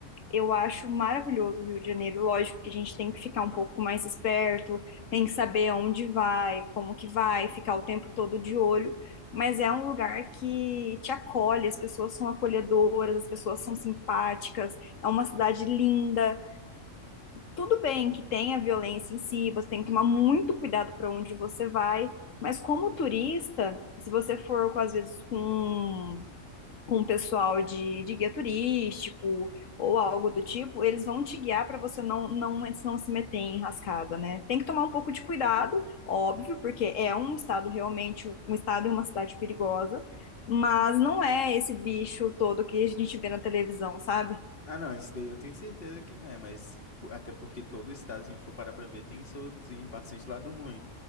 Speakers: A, on the left; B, on the left.
A: Eu acho maravilhoso o Rio de Janeiro. Lógico que a gente tem que ficar um pouco mais esperto, tem que saber aonde vai, como que vai, ficar o tempo todo de olho. Mas é um lugar que te acolhe, as pessoas são acolhedoras, as pessoas são simpáticas, é uma cidade linda. Tudo bem que tenha violência em si, você tem que tomar muito cuidado para onde você vai. Mas como turista, se você for com, às vezes com com o pessoal de, de guia turístico ou algo do tipo, eles vão te guiar para você não, não, não se meter em enrascada, né? Tem que tomar um pouco de cuidado, óbvio, porque é um estado realmente, um estado e uma cidade perigosa, mas não é esse bicho todo que a gente vê na televisão, sabe?
B: Ah, não, esse daí eu tenho certeza que não é, mas tipo, até porque todo estado, se a gente for parar pra ver, tem seu tem bastante lado ruim.